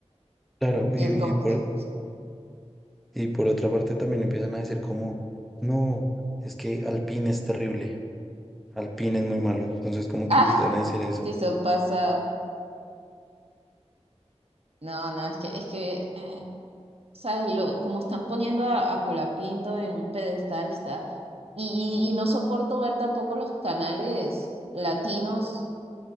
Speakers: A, in the centre; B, on the right.
A: claro. Y,
B: Y es como
A: y por
B: que,
A: Y por otra parte también empiezan a decir como, no, es que Alpine es terrible, Alpine es muy malo. Entonces como que
B: ah,
A: empiezan a decir eso.
B: sí son pasados. No, no, es que, es que, eh, ¿sabes? Lo, como están poniendo a, a Colapinto en un pedestal, está. Y, y, y no soporto ver tampoco los canales latinos